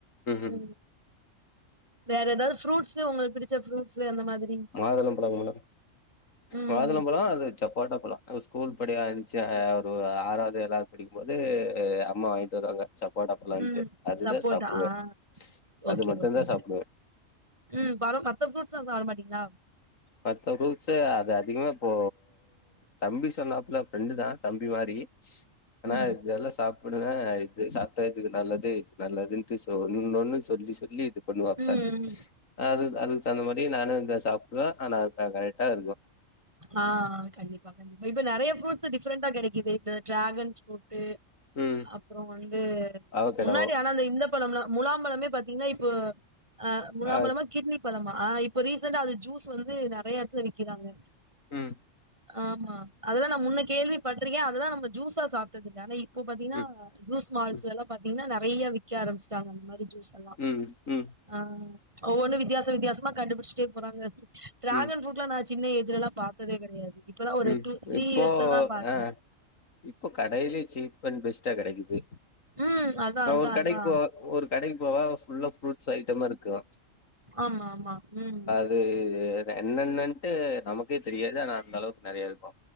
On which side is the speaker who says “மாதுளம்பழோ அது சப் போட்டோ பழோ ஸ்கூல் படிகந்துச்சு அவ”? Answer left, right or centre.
Left